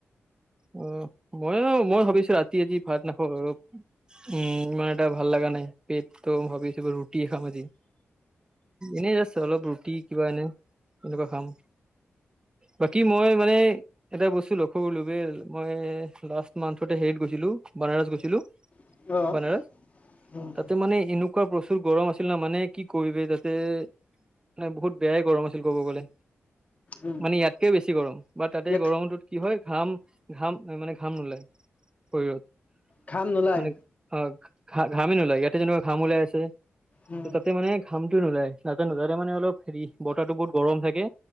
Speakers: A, on the right; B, on the left.
A: অ মইয়ো মই ভাবিছো ৰাতি আজি ভাত নাখাওঁ আৰু। উম ইমান এটা ভাল লাগা নাই পেটটো ভাবিছোঁ ৰুটিয়ে খাম আজি এনেই জাষ্ট অলপ ৰুটি কিবা এনে এনেকুৱা খাম। বাকী মই মানে এটা বস্তু লক্ষ্য কৰিলো যে মই লাষ্ট মান্থতে হেৰিত গৈছিলোঁ। বানাৰস গৈছিলো
B: অ
A: বানাৰস
B: উম
A: তাতে মানে এনে কুৱা প্ৰচুৰ গৰম আছিল না মানে কি কৰিবি তাতে মানে বহুত বেয়াই গৰম আছিল ক'ব গ'লে।
B: উম
A: মানে ইয়াতকেও বেছি গৰম বা তাতে
B: ইয়াত
A: গৰমত কি হয় ঘাম ঘাম মানে ঘাম নোলায় শৰীৰত।
B: ঘাম নোলাই
A: মানে অ ঘা ঘামেই নোলায় ইয়াতে যেনেকুৱা ঘাম ওলাই আছে।
B: উম।
A: ত তাতে মানে ঘামটো নোলায় নাজানো মানে অলপ হেৰি বতৰটো বহুত গৰম থাকে।